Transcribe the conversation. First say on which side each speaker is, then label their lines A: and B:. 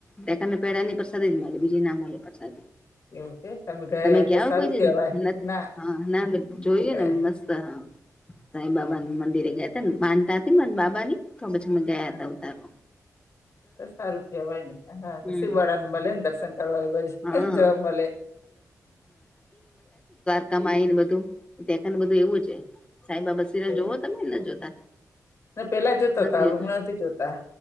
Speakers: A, on the left; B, on the left.
A: નેક ને પેડાની પસાદી જ મળે બીજી ના મળે પ્રસાદી
B: એવું છે ગયા
A: તમે
B: એ તો
A: ગાવ
B: સારું
A: કોઈ
B: કેવાય
A: નથી
B: ના
A: હા ના
B: નથી
A: જોયું
B: ગયા
A: ને મસ્ત હ? સાઈ
B: હા
A: બાબા મંદિરે ગયા હતા માનતા હતી બાબા ની તો પછી મેં ગયા હતા
B: હા
A: ઉતારો.
B: તો સારું કવાય ને હા
A: હમ.
B: શિવવાળા ને મળલે ને દર્શન કરવા આવ
A: હા
B: જોવા મળલે.
A: કમાઈ ને બધું ને બધું એવું છે સાઈબબા સિરેલ
B: એવું
A: જોવો તમેને જોતા
B: ને પેલા જોતા
A: નથીતા
B: તા હવે હમણાં નથી જોતા